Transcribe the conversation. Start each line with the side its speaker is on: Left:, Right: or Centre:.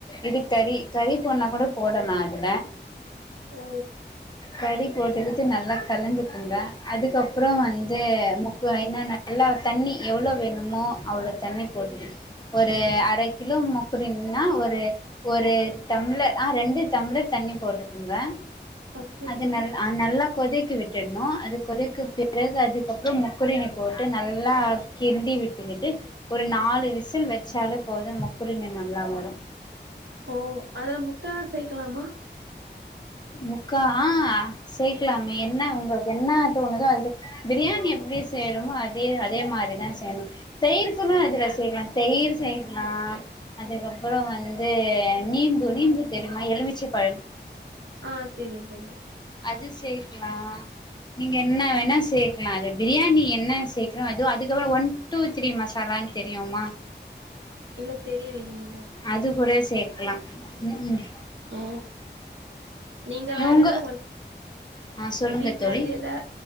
Left: இது கறி கறி போனா கூட போடலாம் அதுல
Right: ஓ
Left: கறி போட்டுக்கிட்டு நல்லா கலந்துக்குங்க அதுக்கப்புறம் வந்து முக்கு என்ன நல்லா தண்ணி எவ்வளவு வேணுமோ அவ்வளவு தண்ணி போட்டுகிட் ஒரு அரை கிலோ முக்கிறன்னா ஒரு ஒரு டம்ளர் ஆஹ் ரெண்டு டம்ளர் தண்ணி போட்டுக்குங்க
Right: ஓகே
Left: அது
Right: தோழி
Left: நல்ல அ நல்ல கொதிக்க விட்டுடணும் அது கொதிக்கு பிறகு அதுக்கப்புறம் முக்குரணி போட்டு நல்லா கிண்டி விட்டுக்கிட்டு ஒரு நாலு விசில் வச்சாலும் போதும் முக்குரின்னு நல்லா வரும்
Right: ஓ அதுல முட்ட செய்க்கிலாமா
Left: முக்கா ஆஹ் சேக்கலாமே என்ன உங்களுக்கு என்ன தோணுதோ அது சே பிரியாணி எப்படி செய்றமோ அதே அதே மாரிதான் செய்யணும் தயிர் ளும் அதுல செய்யலாம் தயிர் செய்யக்கலாம் அதுக்கப்புறம் வந்து நீம்பு நீம்பு தெரியுமா எலுமிச்ச பழம்
Right: ஆஹ் தெரியும் தெரியும்
Left: அது சேர்க்கலாம் நீங்க என்ன வேணா சேர்க்கலாம் அது பிரியாணி என்ன சேர்க்கிறோம் அதுவும் அதுக்கப்புறம் ஒன் டூ த்ரீ மசாலான்னு தெரியுமா
Right: எங்களுக்கு தெரியலங்க
Left: அது கூட சேக்கலாம் உம் உம்
Right: ஓ நீங்க வேற
Left: உங்க
Right: எதாவ ஒர்
Left: ஆ சொல்லுங்க
Right: வீட்ல
Left: தோழி
Right: இருந்து எதாவ